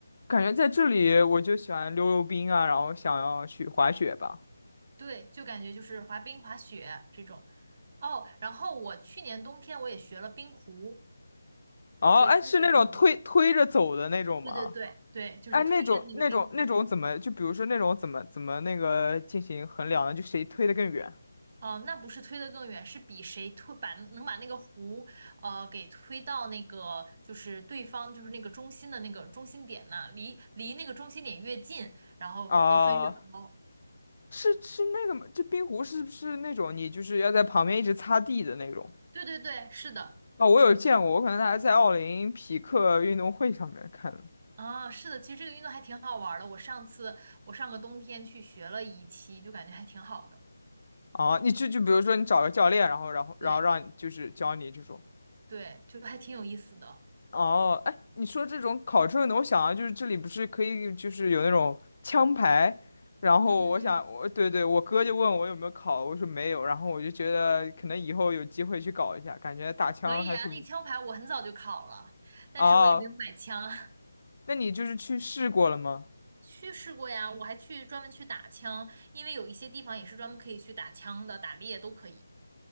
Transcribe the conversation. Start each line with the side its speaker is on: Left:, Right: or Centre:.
Left: 感觉在这里我就喜欢溜溜冰啊，然后想要去滑雪吧。
Right: <laughs> 对，就感觉就是滑冰、滑雪这种。哦，然后我去年冬天我也学了冰壶，
Left: 哦，
Right: 一个新的运动。
Left: 哎，是那种推推着走的那种吗？
Right: 对对对对，就是推着那个冰壶。
Left: 哎，那种那种那种怎么就比如说那种怎么怎么那个进行衡量呢？就谁推的更远？
Right: 哦，那不是推得更远，是比谁推把能把那个壶呃给推到那个就是对方就是那个中心的那个中心点那，离离那个中心点越近，然后得分越高。
Left: 啊，是是那个吗？这冰壶是不是那种你就是要在旁边一直擦地的那种？
Right: 对对对，是的。
Left: 哦，我有见过，我可能还在奥林匹克运动会上面看的。
Right: 啊，是的，其实这个运动还挺好玩儿的。我上次我上个冬天去学了一期，就感觉还挺好的。
Left: 哦，你就就比如说你找个教练，然后然后然后让你就是教你这种。
Right: 对对，就还挺有意思的。
Left: 哦，哎，你说这种考证的，我想啊，就是这里不是可以就是有那种枪牌，然后我想我对对，
Right: 嗯嗯，
Left: 我哥就问我有没有考，我说没有，然后我就觉得可能以后有机会去搞一下，感觉打枪还挺。
Right: 可以啊。那枪牌我很早就考了，但是我也没有买枪。
Left: 哦，
Right: <laughs>
Left: 那你就是去试过了吗？
Right: 去试过呀，我还去专门去打枪，因为有一些地方也是专门可以去打枪的，打猎都可以。